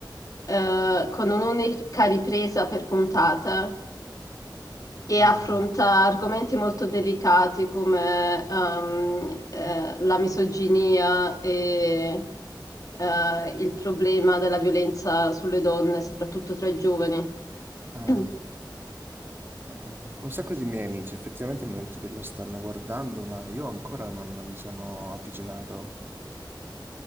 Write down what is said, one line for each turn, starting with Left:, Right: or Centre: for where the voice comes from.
Left: eh, con un'unica ripresa per puntata. e
Right: ah,
Left: affronta argomenti molto delicati come ehm, eh, la misoginia e eh, il problema della violenza sulle donne, soprattutto tra i giovani.
Right: ah.
Left: <clears throat>
Right: Ah, Un sacco di miei amici effettivamente mi hanno detto che lo stanno guardando, ma io ancora non mi sono avvicinato.